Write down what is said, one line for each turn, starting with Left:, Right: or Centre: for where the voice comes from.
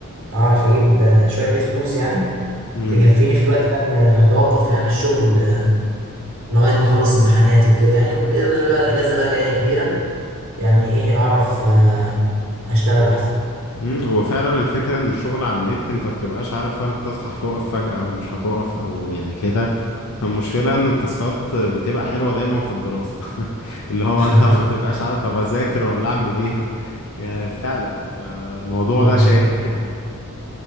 Right: اعرف اجيب آه، شوية فلوس يعني
Left: مم.
Right: تكفيني في الوقت بقى اللي هتوقف يعني الشغل آه، لغاية ما اخلص امتحاناتي وكده يعني وبإذن الله بقى الاجازة بقى جاية كبيرة يعني ايه اعرف آه، اشتغل احسن
Left: امم هو فعلا الفكرة ان الشغل على النت انت مبتبقاش عارف هل التاسك هتقف فجأة او مش هتقف او يعني كده فالمشكلة ان التاسكات بتبقى حلوة دايما في الدراسة <laughs> اللي هو
Right: <laughs>
Left: انت ما تبقاش عارف طب اذاكر ولا اعمل ايه <laughs> يعني فعلا الموضوع
Right: اه والله
Left: ده شائك يعني